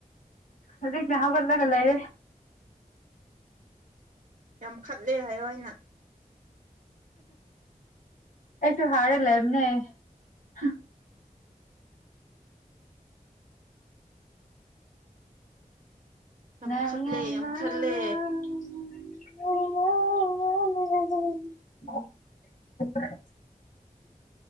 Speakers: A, on the left (about 60°); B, on the right (about 55°).
A: ꯍꯧꯖꯤꯅ ꯍꯒꯠꯂꯒ ꯂꯩꯔꯦ
B: ꯌꯥꯝ ꯈꯠꯂꯦ ꯍꯥꯏꯌꯣ ꯍꯥꯏꯅ
A: ꯑꯩꯁꯨ ꯍꯔꯦ ꯂꯦꯝꯅꯦ ꯍꯥ ꯉꯣ
B: ꯌꯥꯝ ꯈꯠꯂꯦ ꯌꯥꯝ ꯈꯠꯂꯦ
A: <unintelligible>